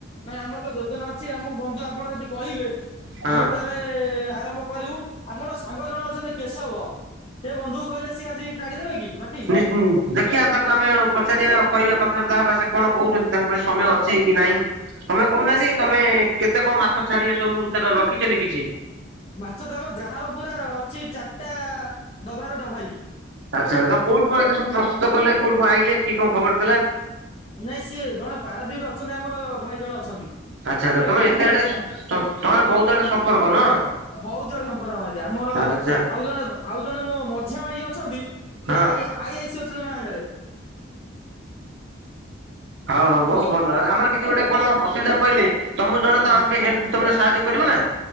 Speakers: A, on the left (about 30°); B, on the right (about 65°).
A: ନାଇଁ ଆମର ତ ଯୋଜନା ଅଛି। ଆମକୁ ବନ୍ଧୁ ଆପଣରେ ଯଦି କହିବେ
B: ହଁ
A: ଆମେ ତାହେଲେ ଏ ଏ ଆରମ୍ଭ କରିବୁ ଆପଣ ସାଙ୍ଗ ଜଣ ଅଛନ୍ତି କେଶବ। ସେ ବନ୍ଧୁକୁ କହିଲେ ସିଏ ଆସି ତାଡିଦେବେ କି? ମାଟି
B: <unintelligible> ଦେଖିଆ ତାକୁ ଆମେ ପଚାରିବା କହିବା କଥାବର୍ତ୍ତା ହବା। ସେ କଣ କହୁଛନ୍ତି ତାଙ୍କ ପାଖେ ସମୟ ଅଛି କି ନାହିଁ। ତମେ କହୁନାହାନ୍ତି
A: ନାଇଁ ସିଏ
B: ତମେ
A: ତ
B: କେତେ କଣ ମାଛ ଛାଡିବେ ସବୁ ତାର ରଖିଛନ୍ତି କିଛି।
A: ମାଛ ଧର ଯାହା ଉପୁରା ଅଛି ଚାରିଟା ଡବାରେ ଡବାଇ।
B: ଆଚ୍ଛା ତମେ କୋଠୁ କଣ ଏତେସବୁ ପ୍ରସ୍ତୁତ କଲେ କୋଉଠ କଣ ଆଇଲେ କି କଣ ଖବର ଦେଲା?
A: ନାଇଁ ସିଏ ଜଣେ ପାରାଦ୍ୱୀରେ ଅଛନ୍ତି ଆମର ଭାଇ ଜଣେ ଅଛନ୍ତି।
B: ଆଚ୍ଛା
A: ସିଏ
B: ତମେ
A: ଆଣିକି
B: ଏତେ
A: ଆମକୁ
B: ଆଡେ
A: ଚା
B: ସ ସ ତମର
A: ହଁ
B: ବହୁତ ଆଡେ ସମ୍ପର୍କ ନୁହଁ।
A: ବହୁତ ଆଡେ ସମ୍ପର୍କ ଆଜ୍ଞା। ଆମର
B: ଆଚ୍ଛା
A: ଆଉ
B: ଆଚ୍ଛା
A: ଜଣେ ଆଉ ଜଣେ ମୋ ମଝିଆ ଭାଇ ଯିଏ ଅଛନ୍ତି ସେ
B: ହଁ।
A: ଆଇ ଆଇ ଆଇସିି ଅଛନ୍ତି ବ୍ୟାଙ୍କରେ।
B: ହଉ ହଉ
A: ହ୍ୟାଲୋ
B: ବହୁତ ଭଲ ଆମର କିଛି ଗୋଟେ କଣ ଅସୁବିଧା ପହିଲଲେ ତମ ଜଣେ ତ
A: ଭାଇ
B: ଆମେ ଟିକେ ହେଲ୍ପ ତମେ ସାହାଯ୍ୟ କରିବ ନା?